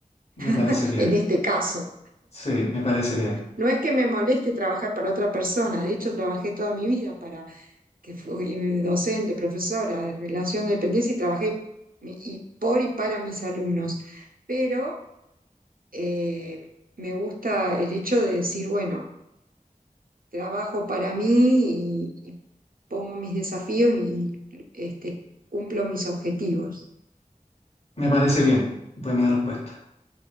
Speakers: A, on the left; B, on the right.
A: me parece
B: <laughs>
A: bien.
B: en este caso.
A: Sí, me parece bien,
B: No es que me moleste trabajar para otra persona, de hecho trabajé toda mi vida para que fui docente, profesora de relación de dependencia y trabajé mi- y por y para mis alumnos, pero eh, me gusta el hecho de decir, bueno, trabajo para mí y, y pongo mis desafíos y este, cumplo mis objetivos.
A: me parece bien. Buena respuesta.